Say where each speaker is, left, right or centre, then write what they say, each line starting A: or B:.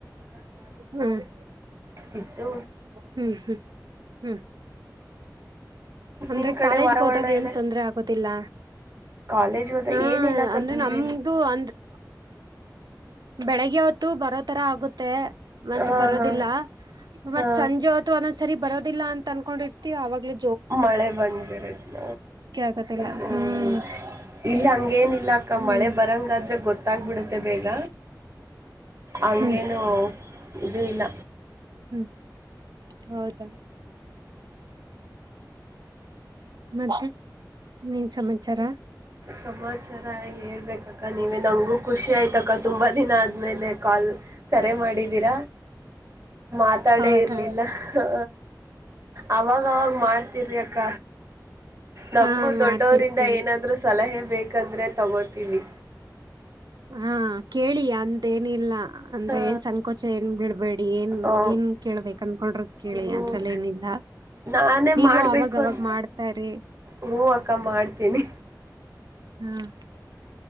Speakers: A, on the right; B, on the right.
A: ಹ್ಮ್
B: ಸ್ತಿತ್ತು.
A: ಹ್ಮ್ ಹ್ಮ್ ಹ್ಮ್ ಅಂದ್ರೆ
B: ನಿಮ್ ಕಡೆ
A: ಕಾಲೇಜ್ಗ್
B: ವಾತಾವರಣ
A: ಹೋದಾಗ
B: ಎಲ್ಲ
A: ಏನ್ ತೊಂದ್ರೆ ಆಗೋದಿಲ್ಲ
B: ಕಾಲೇಜ್ ಹೋದ
A: ಹಾ
B: ಏನ್ ಇಲ್ಲಕ್ಕ
A: ಅಂದ್ರೆ
B: ತಂದ್ರೆ
A: ನಮ್ದು ಅಂದ್ರ್ ಬೆಳಗ್ ಗ್ಹೊತ್ತು ಬರೋ ತರ ಆಗುತ್ತೆ ಮತ್
B: ಹಾ
A: ಬರೋದಿಲ್ಲ
B: ಹಾ
A: ಮತ್
B: ಹಾ
A: ಸಂಜೆ ಹೊತ್ತು ಒಂದೊಂದ್ಸರಿ ಬರೋ ಇಲ್ಲ ಅನ್ಕೊಂಡಿರ್ತಿ ಅವಾಗ್ಲೆ.
B: ಮಳೆ ಬಂದಿರುದ
A: ಆಗೋದಿಲ್ಲ
B: ಹ್ಮ
A: ಹ್ಮ್
B: ಇಲ್ಲ ಹಂಗೇನಿಲ್ಲ ಅಕ್ಕ
A: ಹ್ಮ್
B: ಮಳೆ ಬರಂಗಾದ್ರೆ ಗೊತ್ತಾಗ್ಬಿಡುತ್ತೆ ಬೇಗ. ಹಂಗೇನು.
A: ಹ್ಮ್
B: ಇದು ಇಲ್ಲ.
A: ಹ್ಮ್ ಹೌದಾ. ಮತ್ತೆ ಇನೇನು ಸಮಾಚಾರ.
B: ಸಮಾಚಾರ ಹೇಳ್ಬೇಕಕ್ಕ ನೀವೇ ನಂಗು ಖುಷಿ ಆಯ್ತಕ್ಕ ತುಂಬಾ ದಿನ ಆದ್ಮೇಲೆ ಕಾಲ್ ಕರೆ ಮಾಡಿ. ದಿರ. ಮಾತಾಡೇ
A: ಹೌದಾ
B: ಇರ್ಲಿಲ್ಲ. ಹಾ. ಅವಾಗವಾಗ ಮಾಡ್ತಿರ್ರಿ ಅಕ್ಕ ನಮಗೂ
A: ಹಾ
B: ದೊಡ್ಡವರಿಂದ
A: ಮಾಡ್ತಿರ್ತೀವಿ
B: ಏನಾದರೂ ಸಲಹೆ. ಬೇಕಂದ್ರೆ ತಗೋತೀವಿ.
A: ಹಾ. ಕೇಳಿ ಅಂತೇನಿಲ್ಲ. ಅಂದ್ರೆ
B: ಹಾ
A: ಏನ್ ಸಂಕೋಚ ಏನ್ ಬೀಳ್ಬೇಡಿ. ಏನ್
B: ಓ
A: ಏನ್ ಕೇಳ್ಬೇಕ ಅನ್ಕೊಂಡ್ರ. ಕೇಳಿ
B: ಹ್ಮ
A: ಅದ್ರಲ್ ಏನಿಲ್ಲ
B: ನಾನೇ
A: ನೀವು
B: ಮಾಡ್ಬೇಕು
A: ಅವಾಗವಾಗ
B: ಅನ್
A: ಮಾಡ್ತಾ ಇರಿ.
B: ಹ್ಮ ಅಕ್ಕ ಮಾಡ್ತೀನಿ.
A: ಹ್ಮ್.